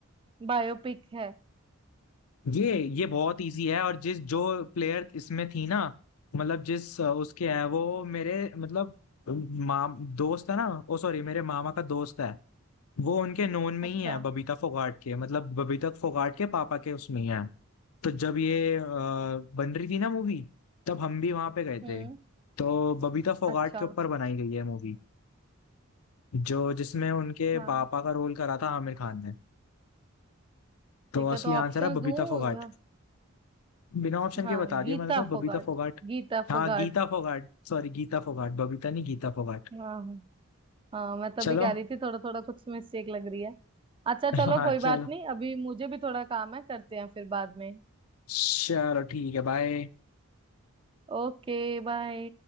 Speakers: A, on the right; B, on the left.
A: बायोपिक है
B: ये ये बहुत इजी है और जिस जो प्लेयर इसमें थी ना मतलब जिस अ, उसके है वो मेरे मतलब माम दोस्त है ना ओ सॉरी मेरे मामा का दोस्त है वो उनके नोन में
A: अच्छा
B: ही है बबीता फोगाट के मतलब बबीता फोगाट के पापा के उसमें ही है तो जब ये अ, बन रही थी ना मूवी तब हम भी वहां पे गए
A: हम्म
B: थे तो बबीता फोगाट
A: अच्छा
B: के ऊपर बनाई गई है मूवी जो जिसमें उनके
A: हाँ
B: पापा का रोल करा था आमिर खान ने तो
A: ठीक
B: असली
A: है तो ऑप्शंस
B: आंसर है बबीता
A: दूँ
B: फोगाट
A: या-
B: बिना ऑप्शन
A: हाँ
B: के बता
A: गीता
B: दिया मैंने तो
A: फोगाट
B: बबीता फोगाट
A: गीता
B: हाँ
A: फोगाट
B: गीता फोगाट सॉरी गीता फोगाट बबीता नहीं गीता फोगाट
A: हाँ हाँ हाँ, मैं तभी
B: चलो
A: कह
B: <laughs>
A: रही थी थोड़ा थोड़ा कुछ मिस्टेक लग रही है अच्छा चलो
B: हाँ
A: कोई
B: चलो
A: बात नहीं अभी मुझे भी थोड़ा काम है करते हैं फिर बाद में
B: चलो ठीक है बाय
A: ओके बाय